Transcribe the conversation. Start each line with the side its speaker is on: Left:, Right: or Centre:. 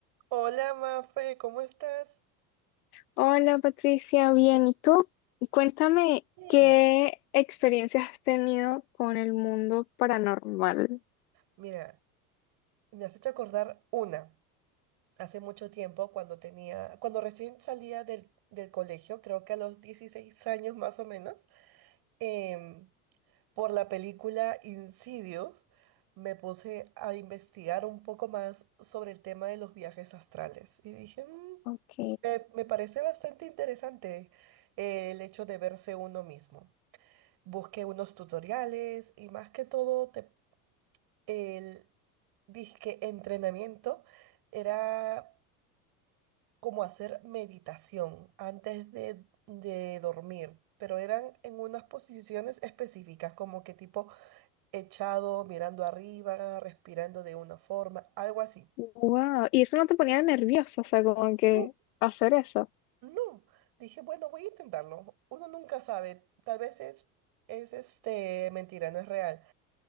Right: Hola, Mafe, ¿cómo estás?
Left: Hola Patricia, bien, ¿y tú? Cuéntame
Right: Bien.
Left: qué experiencias has tenido con el mundo paranormal.
Right: Mira, me has hecho acordar una. Hace mucho tiempo, cuando tenía, cuando recién salía del, del colegio, creo que a los 16 años más o menos, em, por la película Insidious, me puse a investigar un poco más sobre el tema de los viajes astrales. Y dije, "Mm,
Left: Ok,
Right: me, me parece bastante interesante, eh, el hecho de verse uno mismo. busqué unos tutoriales y más que todo te- el disque entrenamiento era como hacer meditación antes de, de dormir, pero eran en unas posiciones específicas, como que tipo echado, mirando arriba, respirando de una forma, algo así.
Left: wow. ¿Y eso no te ponía nerviosa? O sea, como que
Right: No,
Left: hacer eso.
Right: no. Dije, bueno, voy a intentarlo. Uno nunca sabe, tal vez es, es este, mentira, no es real.